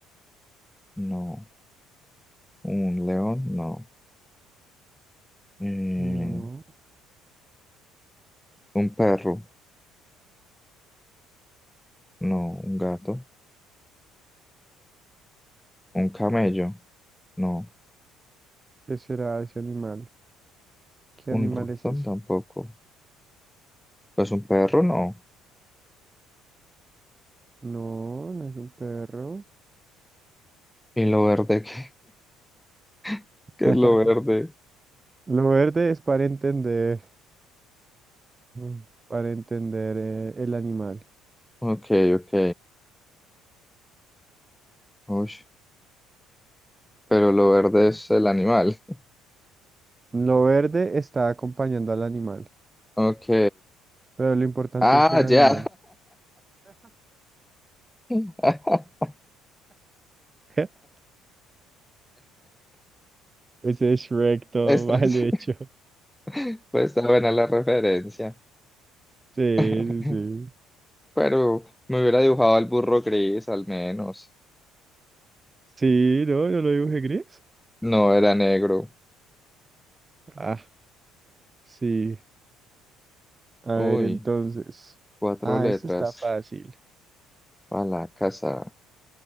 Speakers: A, in the centre; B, on the right.
A: No. Un león. No. Eh,
B: no.
A: un perro. No. Un gato. Un camello, no.
B: ¿Qué será ese animal? ¿Qué animal
A: Un ratón
B: es ese?
A: tampoco. Pues un perro, no.
B: No, no es un perro.
A: ¿Y lo verde? ¿Qué, <laughs> qué
B: <laughs>
A: es lo verde?
B: Lo verde es para entender, mm, para entender eh, el animal.
A: Ok, ok. Ush, pero lo verde es el animal. <laughs>
B: Lo verde está acompañando al animal,
A: Ok.
B: pero lo importante
A: Ah,
B: es el animal.
A: ya. <laughs>
B: <laughs> Ese es Shrek todo
A: Esta
B: <laughs> mal
A: es-
B: hecho.
A: <laughs> pues está buena la referencia.
B: Sí,
A: <laughs>
B: sí, sí.
A: Pero me hubiera dibujado al burro gris, al menos.
B: Sí, no, yo lo dibujé gris.
A: No era negro.
B: Ah, sí. A
A: Uy,
B: ver, entonces.
A: cuatro
B: Ah,
A: letras.
B: este está fácil.
A: A la casa,